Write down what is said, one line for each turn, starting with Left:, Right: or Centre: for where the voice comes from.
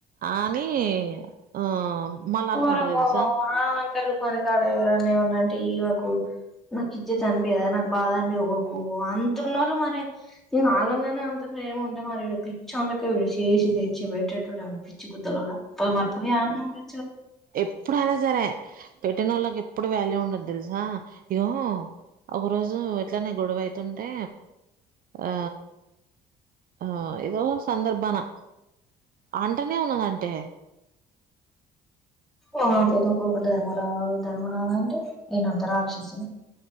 Right: అని ఆ మళ్ళ అనుకుంటారు
Centre: ఒరక్కొ
Right: తెలుసా
Centre: ఆమె అంటరు కొన్ని కాడ ఎవరన్న ఏమన్నా అంటే ఈమెకు నాకు ఇజత్ అనిపియదా నాకు బాధ అనిపియదా ఊకో అంత ఉన్నోళ్ళు మరి నేను ఆళ్ల మీనే అంత ప్రేమ ఉంటే మరి ఈడ పిచ్చోలెక్క చేసి తెచ్చి పెట్టెటోడు ఏమైన్న పిచ్చి గుద్దలోడా పోయి మరి పురీ ఆడనే ఉన్నా
Right: ఎప్పుడు అయినా సరే పెట్టినోళ్ళకి ఎప్పుడు వాల్యూ ఉండదు తెలుసా ఇగో ఒక రోజు యిట్లనే గొడవ అయితుంటే ఆ ఆ ఏదో సందర్భానా అంటనే ఉన్నదంటే
Centre: ఆ పెద్దకొడుకు ధర్మ రాజు ధర్మ రాజు అంటే నేనంత రాక్షసినా